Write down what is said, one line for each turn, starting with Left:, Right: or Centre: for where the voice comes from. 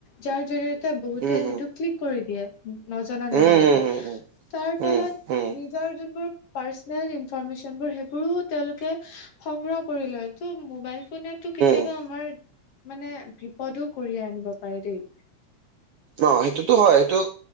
Left: যাৰ জৰিয়তে ত' বহুতে
Right: উম
Left: সেইটো ক্লিক কৰি দিয়ে নজনা-নেমেলা
Right: উম উম
Left: কে
Right: উম উম
Left: তাৰ ফলত
Right: উম উম
Left: নিজৰ যতনবোৰ পাৰ্চনেল ইনফৰমেশচনবোৰ সেইবোৰো তেওঁলোকে সংগ্ৰহ কৰি লৈতো মোবাইল কোনেতো কেতিয়াবা
Right: উম
Left: আমাৰ মানে বিপদো কঢ়িয়াই আনিব পাৰে দেই।
Right: অ', সেইটোতো হয় সেইটো